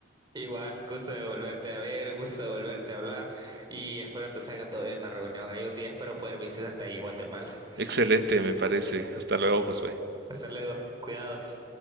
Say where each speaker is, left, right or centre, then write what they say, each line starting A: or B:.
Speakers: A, on the right (about 25°); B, on the right (about 55°).
A: igual, gusto de volverte a ver, gusto de volverte a hablar y espero te salga todo bien en la reunión. Hay un día espero poder visitarte ahí en Guatemala.
B: Excelente, me parece. Hasta luego, Josué.
A: Hasta luego. Cuidados.